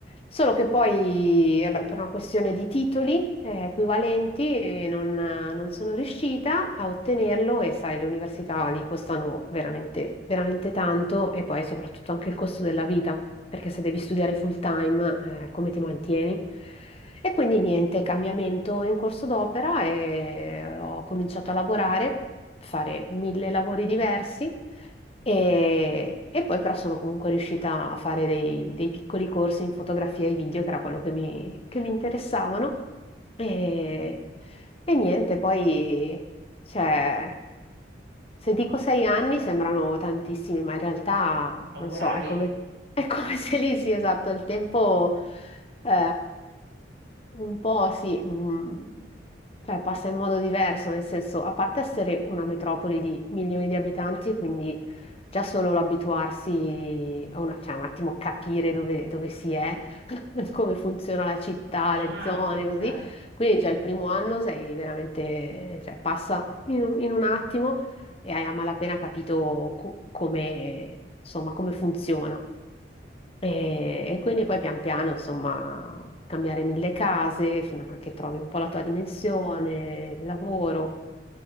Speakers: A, on the left; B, on the right.
A: Solo che poi, vabbè, per una questione di titoli eh, equivalenti, eh, non, non sono riuscita a ottenerlo e sai, le università lì costano veramente, veramente tanto e poi soprattutto anche il costo della vita perché se devi studiare full time, eh, come ti mantieni? E quindi niente, cambiamento in corso d'opera e eh, ho cominciato a lavorare, fare mille lavori diversi e, e poi però sono comunque riuscita a fare dei, dei piccoli corsi in fotografia e video, che era quello che mi, che mi interessavano. E, e niente, poi c'è se dico sei anni sembrano tantissimi, ma in realtà
B: ho
A: non
B: volati,
A: so, è come, è come <laughs> se lì sì, esatto, il tempo eh, un po' sì, mm, cioè passa in modo diverso, nel senso, a parte essere una metropoli di milioni di abitanti, quindi già solo l'abituarsi, a una- cioè un attimo capire dove, dove si è, <laughs> come funziona la città,
B: Eh,
A: le
B: immagino,
A: zone, così.
B: certo.
A: Quindi, cioè, il primo anno sei veramente, cioè, passa in un in un attimo e hai a malapena capito co- come, insomma, come funziona. E, e quindi poi pian piano, insomma, cambiare mille case fino a che trovi un po' la tua dimensione, il lavoro.